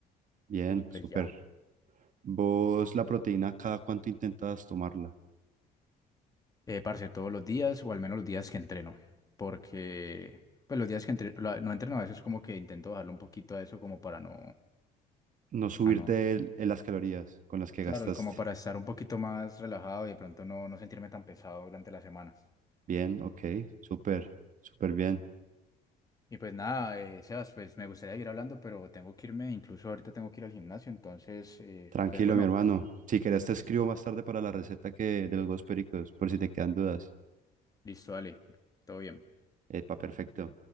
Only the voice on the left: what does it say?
y pues
ya.
Eh, parce, todos los días, o al menos los días que entreno, porque pues los días que entre- la- no entreno a veces como que intento bajarle un poquito a eso como para no,
para no,
claro,
y como para estar un poquito más relajado y de pronto no, no sentirme tan pesado durante la semana.
Y pues nada, eh, Sebas, pues me gustaría seguir hablando, pero tengo que irme, incluso ahorita tengo que ir al gimnasio, entonces, eh,
pues bueno,
me-
listo, dale, todo bien.